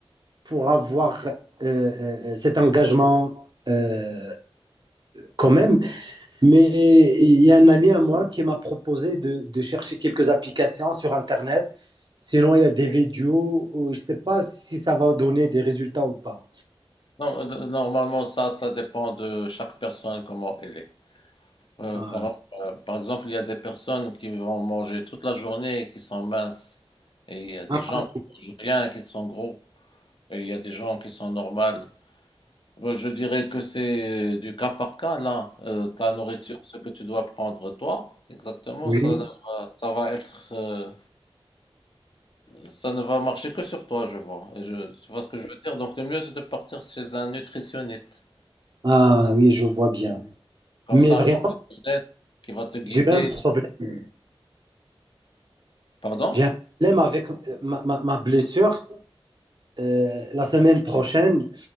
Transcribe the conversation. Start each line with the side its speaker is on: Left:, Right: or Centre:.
Right: pour avoir euh, euh, cet engagement euh, quand même. Mais il y a un ami à moi qui m'a proposé de, de chercher quelques applications sur Internet. Sinon, il y a des vidéos où je ne sais pas si ça va donner des résultats ou pas.
Left: no- normalement, ça, ça dépend de chaque personne, comment elle est. Euh,
Right: Ah,
Left: quand- euh, par exemple, il y a des personnes qui vont manger toute la journée et qui sont minces. Et il y a des
Right: ah,
Left: gens qui mangent rien et qui sont gros. Et il y a des gens qui sont normales. Moi, Je dirais que c'est du cas par cas, là, Euh, ta nourriture, ce que tu dois prendre toi, exactement,
Right: oui.
Left: ça, va- ça va être, euh, ça ne va marcher que sur toi, je vois. Et je, tu vois ce que je veux dire? Donc, le mieux, c'est de partir chez un nutritionniste,
Right: Ah oui, je vois bien.
Left: comme
Right: Mais
Left: ça,
Right: vraiment,
Left: un professionnel qui va te guider.
Right: j'ai eu un problème.
Left: Pardon?
Right: J'ai un problème avec ma, ma- ma blessure. Euh, la semaine prochaine,